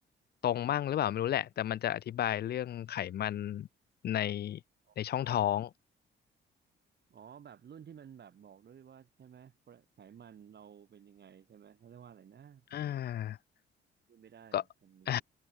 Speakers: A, on the left (about 55°); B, on the right (about 55°).
A: ตรงมั่งหรือเปล่าไม่รู้แหละ แต่มันจะอธิบายเรื่องไขมันใน
B: อ๋อ
A: ในช่องท้อง
B: อ๋อแบบรุ่นที่มันแบบบอกด้วยว่าใช่ไหมไขมันเราเป็นยังไงใช่ไหมเขาเรียกว่าอะไรนะมัน
A: อ่า
B: พูดไม่ได้มันมี
A: ก็ <laughs> อ่า